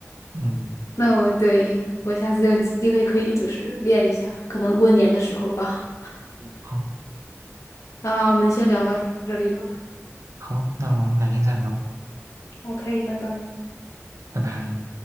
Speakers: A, on the right; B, on the left.
A: 嗯，
B: 那我对我下次有机会可以就是练一下，可能过年的时候吧。
A: 嗯，好，
B: 那我们先聊到这里吧。
A: 好，那我们改天再聊，
B: OK，拜拜。
A: 拜拜。